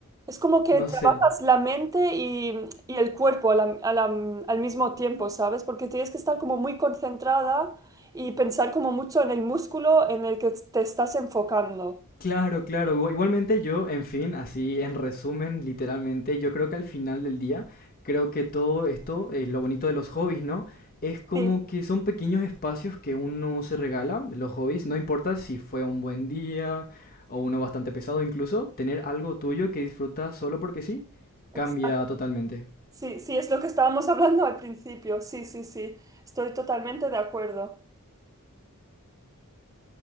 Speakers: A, on the right; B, on the left.
A: es como que
B: no
A: trabajas
B: sé.
A: la mente y, y el cuerpo a la- a la- al mismo tiempo, ¿sabes? Porque tienes que estar como muy concentrada y pensar como mucho en el músculo en el que te estás enfocando.
B: Claro, claro. Igua- Igualmente yo, en fin, así en resumen, literalmente, yo creo que al final del día, creo que todo esto, eh, lo bonito de los hobbies, ¿no? Es como
A: Sí,
B: que son pequeños espacios que uno se regala, los hobbies, no importa si fue un buen día o uno bastante pesado incluso, tener algo tuyo que disfrutas solo porque sí,
A: exacto.
B: cambia totalmente.
A: Sí, sí, es lo que estábamos <laughs> hablando al principio. Sí, sí, sí. Estoy totalmente de acuerdo.